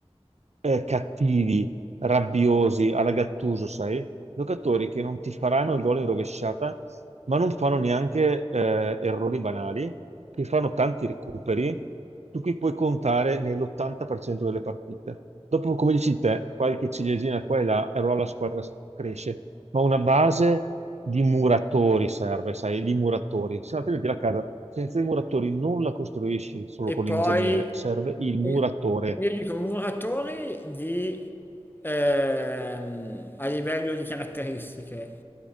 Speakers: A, on the right; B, on the left.
A: eh, cattivi, rabbiosi, alla Gattuso, sai? Giocatori che non ti faranno il gol in rovesciata, ma non fanno neanche eh, errori banali, che fanno tanti recuperi, su cui puoi contare nell'80% delle partite. Dopo, come dici te, qualche ciliegina qua e là, e allora la squadra s- cresce. Ma una base di muratori serve, sai, di muratori. Se no, altrimenti la casa senza i muratori non la costruisci solo
B: E
A: con
B: poi
A: l'ingegnere, serve il muratore.
B: io io dico muratori di, ehm, a livello di caratteristiche